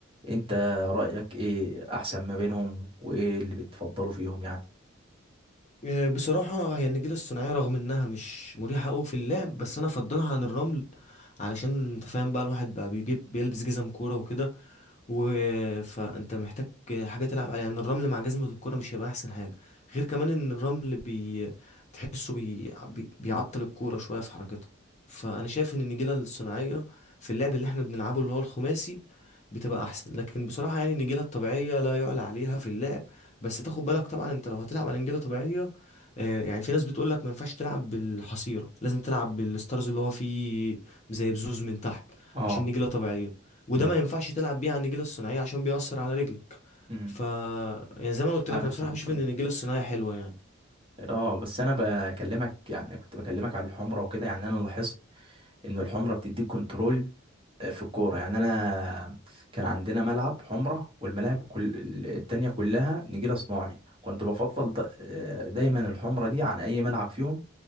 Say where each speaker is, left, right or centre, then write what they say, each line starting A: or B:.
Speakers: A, on the right; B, on the left.
A: انت رأيك ايه احسن ما بينهم وايه اللي بتفضلوا فيهم يعني
B: آه، بصراحة هي النجيلة الصناعية رغم إنها مش مريحة أوي في اللعب بس أنا أفضلها عن الرمل علشان أنت فاهم بقى الواحد بقى بيجيب بيلبس جزم كورة وكده و فأنت محتاج حاجة تلعب عليها يعني الرمل مع جزمة الكورة مش هيبقى أحسن حاجة غير كمان إن الرمل بي... تحسه بي... بي... بيعطل الكورة شوية في حركتها فأنا شايف إن النجيلة الصناعية في اللعب اللي إحنا بنلعبه اللي هو الخماسي بتبقى أحسن لكن بصراحة يعني النجيلة الطبيعية لا يعلى عليها في اللعب بس تاخد بالك طبعا انت لو هتلعب على نجيله طبيعيه آه، يعني في ناس بتقول لك ما ينفعش تلعب بالحصيره لازم تلعب بالستارز اللي هو فيه زي بزوز من تحت
A: اه
B: عشان نجيله طبيعيه وده
A: امم
B: ما ينفعش تلعب بيه على النجيله الصناعيه عشان بيأثر على رجلك
A: امم
B: ف يعني زي ما أنا قلت
A: عارف
B: لك انا بصراحه
A: النقطة
B: بشوف ان
A: دي
B: النجيله الصناعيه حلوه يعني
A: اه بس انا بكلمك يعني كنت بكلمك على الحمره وكده يعني انا لاحظت ان الحمره بتديك كنترول في الكوره يعني انا كان عندنا ملعب حمره والملاعب كل التانية كلها نجيله صناعي كنت بفضل د- آه، دايما الحمره دي عن اي ملعب فيهم